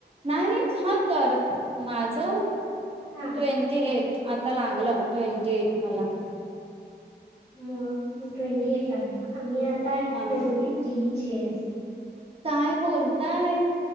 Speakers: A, on the right; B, on the right.
A: नाही हां कारत माझ ट्वेंटी
B: हा
A: एट आता लागलं ट्वेंटी एट मला
B: म ट्वेंटी एट लागला का आ मी आता तर
A: हा
B: ट्वेंटी थ्री ची आहे अजून
A: काय बोलताय